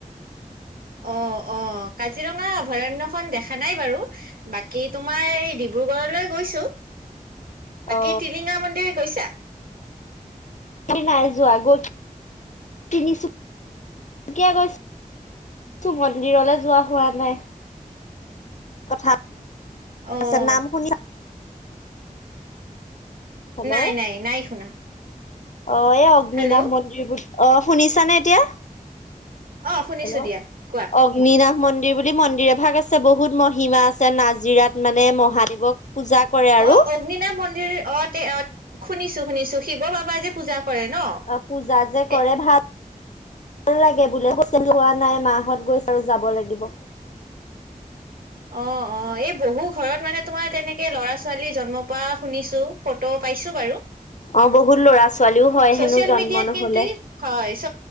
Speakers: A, on the right; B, on the left.
A: অ অ কাজিৰঙা অভয়াৰণ্যখন দেখা নাই বাৰু। বাকী তোমাৰ এই ডিব্ৰুগড়লৈ গৈছো। বাকী
B: অ'।
A: টিলিঙা মন্দিৰ গৈছা?
B: নাই যোৱা তিনিচুীয়া গৈছ। গৈছো মন্দিৰলৈ যোৱা হোৱা নাই। কথা
A: অ',
B: আছে নাম শুনি হেল্ল,
A: নাই নাই নাই শুনা
B: অ এই অগ্নিনাভ
A: হেল্ল'
B: ম অ শুনিছানে এতিয়া?
A: অ', শুনিছো
B: হেল্ল অ
A: দিয়া কোৱা।
B: অগ্নিন্নাভ মন্দিৰ বুলি মন্দিৰ এভাগ আছে, বহুত মহিমা আছে নাজিৰাত মানে মহাদেৱক পূজা কৰে
A: অ
B: আৰু
A: অগ্নিনাভ মন্দিৰ অ তে অ শুনিছো শুনিছো শিৱ বাবা যে পূজা কৰে ন।
B: অ পূজা যে
A: এ
B: কৰে ভাল ভাল লাগে বোলে <unintelligible> নাই মাহত গৈছ আৰু যাব লাগিব
A: অ অ এই বহু ঘৰত মানে তোমাৰ তেনেকে ল'ৰা ছোৱালী জন্ম পোৱা শুনিছো ফটো পাইছো বাৰু।
B: অ বহুত ল'ৰা ছোৱালীও হয়
A: ছচিয়েল
B: হেনো জন্ম
A: মিডিয়াত
B: নহ'লে
A: কিন্তু হয় ছ